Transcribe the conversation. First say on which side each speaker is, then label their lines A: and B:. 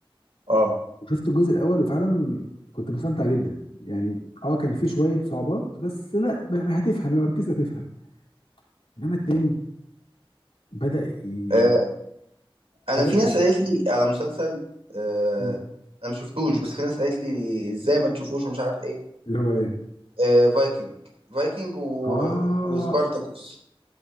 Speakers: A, on the right; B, on the left.
A: اه
B: وشفت الجزء الاول وفعلا كنت مستمتع جدا يعني اه كان في شويه صعوبات بس لا ب- هتفهم لو ركزت هتفهم انما التاني بدأ ي...
A: آه، انا
B: بدأ
A: في
B: ي...
A: ناس قالت لي على مسلسل آه
B: م،
A: انا مش شفتوش بس في ناس قالت لي ازاي ما تشوفوش ومش عارف ايه
B: اللي هو ايه
A: آه فايكنج فايكنج و...
B: اه
A: وسبارتاكوس